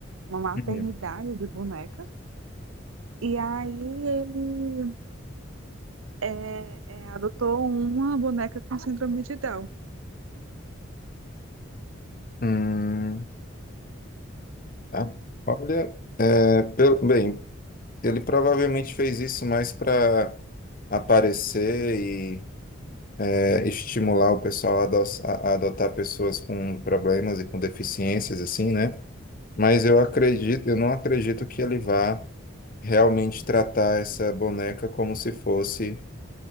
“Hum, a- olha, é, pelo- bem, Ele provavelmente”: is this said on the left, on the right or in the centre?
Left